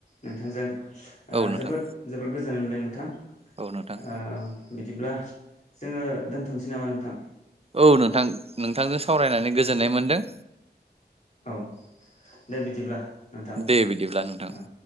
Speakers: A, on the left; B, on the right.
A: नोंथांजों ओ
B: औ नोंथां
A: जोबोद जोबोर गोज होनो मोनबाय नोंथां।
B: औ नोंथां
A: ओ बिदिब्ला जोङो दोनथ'नसै नामा नोंथां?
B: औ नोंथां नोंथांजों सावरायनानै गोजोननाय मोनदों
A: औ दे बिदिब्ला नोंथां
B: दे बिदिब्ला नोंथां
A: ओ।